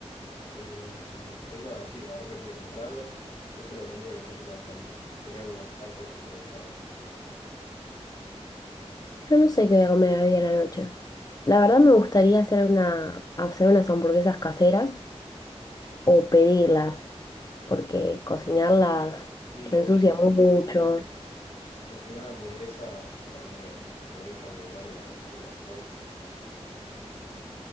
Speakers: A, on the left; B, on the left.
A: Em, pero nada, sí, la verdad prefiero comprarlas y es una comida que repito bastante. Serían unos tacos improvisados.
B: Yo no sé qué voy a comer hoy a la noche. La verdad me gustaría hacer una, hacer unas hamburguesas caseras o pedirlas, porque cocinarlas
A: Y
B: se
A: lo
B: ensucia
A: mismo,
B: mucho.
A: ¿viste? Cocinar, cocinar hamburguesas también te deja un olor en la cocina. Después,